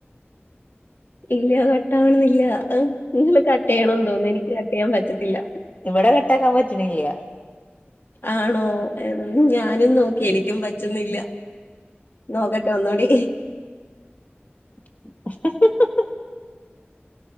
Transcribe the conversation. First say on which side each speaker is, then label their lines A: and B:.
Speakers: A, on the left (about 55°); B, on the left (about 40°).
A: ഇല്ല കട്ട് ആവണന്നില്ല അത് ഇങ്ങള് കട്ട് ചെയ്യണന്ന് തോന്നുന്നു എനിക്ക് കട്ട് ചെയ്യാൻ പറ്റത്തില്ല
B: ഇവിടെ കട്ടാക്കാൻ പറ്റണില്ല
A: ആണോ ഞാനും നോക്കി എനിക്കും പറ്റുന്നില്ല നോക്കട്ടെ ഒന്നുകൂടി
B: <inaudible>